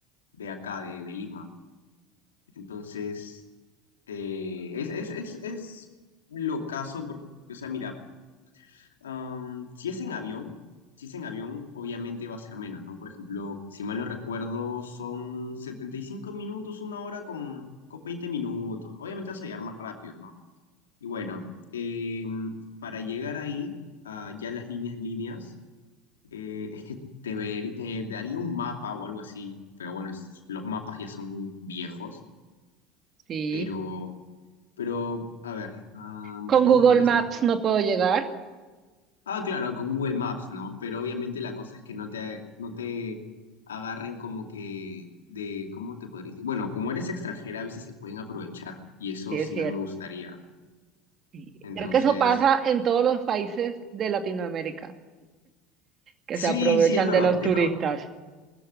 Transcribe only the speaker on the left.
de acá, de, de Lima. Entonces Eh, es, es, es, es locazo porque, o sea, mira, am, si es en avión, si es en avión, obviamente va a ser menos, ¿no? Por ejemplo, si mal no recuerdo, son 75 minutos, una hora con, con 20 minutos. Obviamente vas a llegar más rápido, ¿no? Y bueno, em, para llegar ahí, a ya las líneas, líneas, eh, es que te, ver- te daría un mapa o algo así, pero bueno, es- los mapas ya son muy viejos,
pero... Pero, a ver, am,
¿cómo
podría
ser?
Ah, claro, con Google Maps, ¿no? Pero obviamente la cosa es que no te, no te agarren como que de, ¿cómo te podría decir? Bueno, como eres extranjera, a veces se pueden aprovechar y eso
sí
no me gustaría.
Entonces,
sí,
sí, es verdad,
es
verdad.